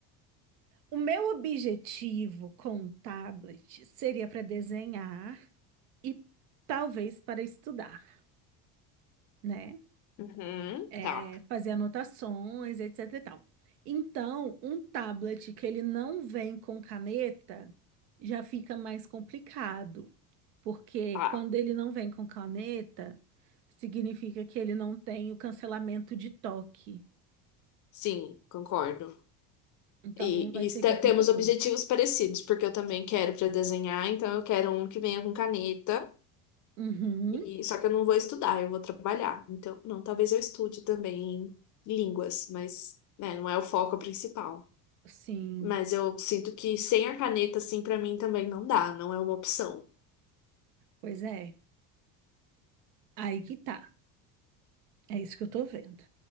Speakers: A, on the right; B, on the left.
A: O meu objetivo com o tablet seria para desenhar e talvez para estudar, né?
B: Uhum,
A: é,
B: tá,
A: fazer anotações, etc e tal. Então, um tablet que ele não vem com caneta já fica mais complicado, porque
B: tá.
A: quando ele não vem com caneta, significa que ele não tem o cancelamento de toque.
B: Sim, concordo.
A: Então,
B: E,
A: não vai
B: e
A: servir
B: este-
A: pra
B: temos
A: muita coisa.
B: objetivos parecidos, porque eu também quero para desenhar, então eu quero um que venha com caneta.
A: Uhum,
B: E só que eu não vou estudar, eu vou trabalhar. Então, não, talvez eu estude também línguas, mas né, não é o foco principal.
A: sim,
B: Mas eu sinto que sem a caneta, assim, pra mim também não dá, não é uma opção.
A: pois é. Aí que tá. É isso que eu tô vendo.